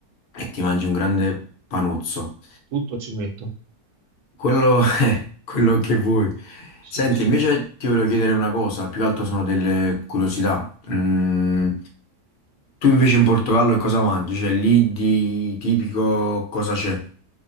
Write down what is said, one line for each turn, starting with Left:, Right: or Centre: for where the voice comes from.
Left: e ti mangi un grande panuzzo.
Right: Tutto ci metto.
Left: Quello <laughs> è quello che vuoi.
Right: Sì,
Left: Senti,
Right: sì.
Left: invece ti voglio chiedere una cosa, più che altro sono delle curiosità. Mm, tu invece in Portogallo che cosa mangi? Cioè lì di tipico cosa c'è?